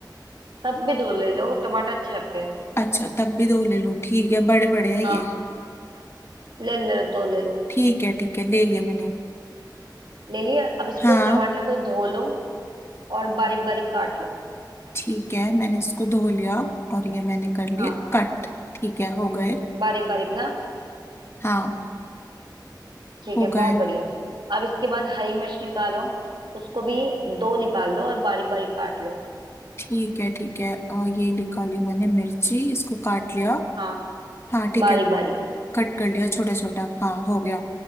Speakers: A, on the right; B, on the left.
A: तब भी दो ले लो टमाटर अच्छे लगते हैं
B: अच्छा तब भी दो ले लूँ ठीक है बड़े बड़े है
A: हाँ
B: ये
A: ले ले दो ले लो
B: ठीक है ठीक है ले लिया मैंने
A: ले लिया अब इसको
B: हाँ
A: टमाटर को धो लो और बारीक बारीक काट लो
B: ठीक है मैंने इसको धो लिया और ये मैंने कर लिए
A: हाँ
B: कट ठीक है हो गए
A: बारीक बारीक ना
B: हाँ
A: ठीक
B: हो
A: है बहुत
B: गए
A: बढ़िया अब इसके बाद हरी मिर्च निकालो उसको भी दो निकाल लो और बारीक बारीक काट लो
B: ठीक है ठीक है और ये निकाली मैंने मिर्ची इसको काट लिया
A: हाँ
B: हाँ ठीक
A: बारीक
B: है
A: बारीक
B: कट कर लिया छोटा छोटा हाँ हो गया